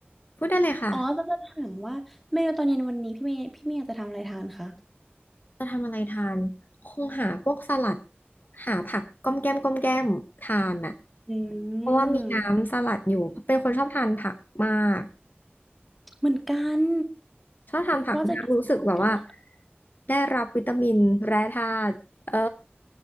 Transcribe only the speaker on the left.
พูดได้เลยค่ะ
จะทำอะไรทาน คงหาพวกสลัด หาผักก้อมแก้มก้อมแก้มทานอ่ะ
เพราะว่ามีน้ำสลัดอยู่ เป็นคนชอบทานผักมาก
ชอบทานผักมากรู้สึกแบบว่า
ได้รับวิตามินแร่ธาตุเออ